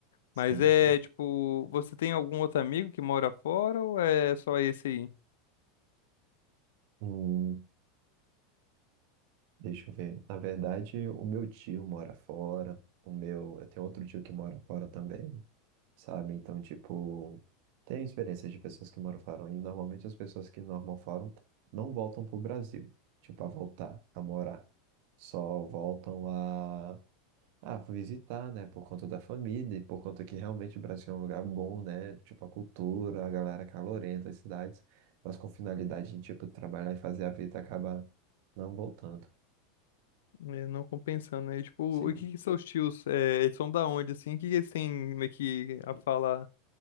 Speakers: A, on the right; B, on the left.
A: Sim,
B: Mas é,
A: sim.
B: tipo, você tem algum outro amigo que mora fora ou é só esse aí?
A: Hum, deixa eu ver. Na verdade, o meu tio mora fora. O meu, eu tenho outro tio que mora fora também. sabe? Então, tipo, tem experiências de pessoas que moram fora e normalmente as pessoas que normam fora não voltam pro Brasil, tipo, a voltar, a morar. Só voltam a, a visitar, né? Por conta da família e por conta que realmente o Brasil é um lugar bom, né? Tipo, a cultura, a galera calorenta, as cidades, mas com finalidade de, tipo, trabalhar e fazer a vida acaba não voltando.
B: É, não compensando, né? Tipo,
A: Sim.
B: o que que seus tios, é, eles são da onde, assim? O que que eles têm meio que a falar,